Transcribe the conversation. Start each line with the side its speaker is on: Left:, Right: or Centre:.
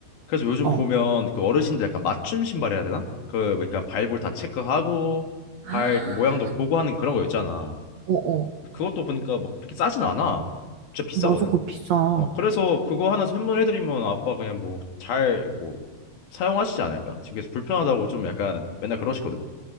Left: 그래서 요즘
Right: 어,
Left: 보면
Right: 어.
Left: 그 어르신들 약간 맞춤 신발 해야 되나? 그, 뭐 약간 발볼 다 체크하고,
Right: 아,
Left: 발그 모양도 보고 하는 그런 거 있잖아.
Right: 어, 어.
Left: 그것도 보니까 막 그렇게 싸진 않아. 진짜 비싸거든.
Right: 맞아, 그거 비싸.
Left: 어, 그래서 그거 하나 선물해드리면 아빠 그냥 뭐 잘 뭐 사용하시지 않을까? 그래서 불편하다고 좀 약간 맨날 그러시거든.